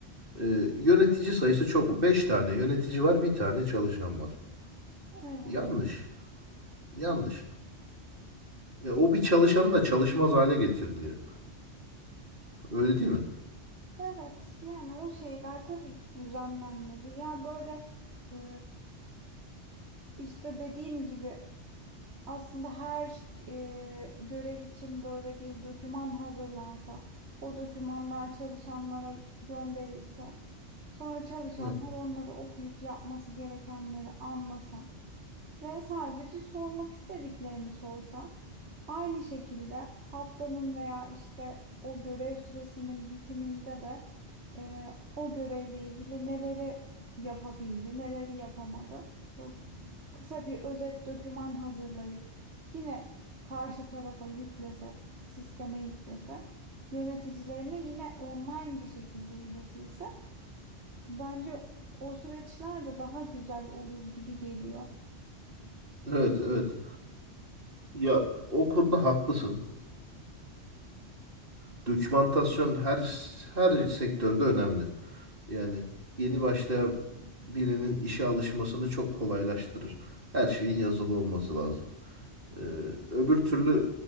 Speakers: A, on the right; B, on the right.
A: E, yönetici sayısı çok mu? 5 tane yönetici var, bir tane çalışan var.
B: evet.
A: Yanlış. Yanlış. Ya o bir çalışanı da çalışmaz hale getiriliyor. Öyle değil mi?
B: Evet yani o şeyler tabii ki düzenlenmeli. Ya böyle e, işte dediğim gibi aslında her e, görev için böyle bir doküman hazırlansa, o dokümanlar çalışanlara gönderilse, sonra çalışanlar
A: Hı.
B: onları okuyup yapması gerekenleri anlasa ve sadece sormak istediklerini sorsa, aynı şekilde haftanın veya işte o görev süresinin bitiminde de e, o görevle ilgili neleri yapabildi, neleri yapamadı. Çok kısa bir özet doküman hazırlayıp yine karşı tarafa yüklese, sisteme yüklese, yöneticilerine yine online bir şekilde iletilse bence o süreçler de daha güzel olur gibi geliyor.
A: Evet, evet. Ya o konuda haklısın. Ee, dokümantasyon her her sektörde önemli. Yani yeni başlayan birinin işe alışmasını çok kolaylaştırır. Her şeyin yazılı olması lazım. Ee, öbür türlü